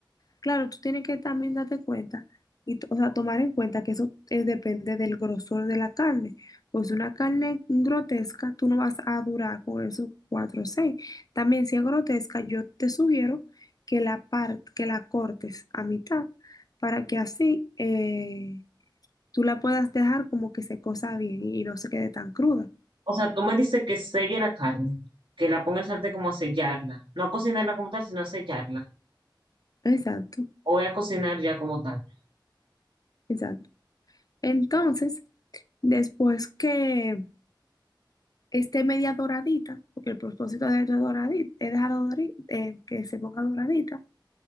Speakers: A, on the left (about 50°); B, on the right (about 75°).
A: Claro, tú tienes que también darte cuenta, y, t- o sea, tomar en cuenta que eso eh, depende del grosor de la carne. Pues una carne grotesca, tú no vas a durar con esos cuatro o seis. También si es grotesca, yo te sugiero que la par- que la cortes a mitad para que así eh, tú la puedas dejar como que se cosa bien y no se quede tan cruda.
B: O sea, tú me dices que selle la carne, que la ponga en el sartén como a sellarla. No a cocinarla como tal, sino a sellarla.
A: Exacto,
B: O voy a cocinar ya como tal.
A: exacto. Entonces, después que esté media doradita, porque el propósito de ella es doradita, es dejar doradi- eh, que se ponga doradita.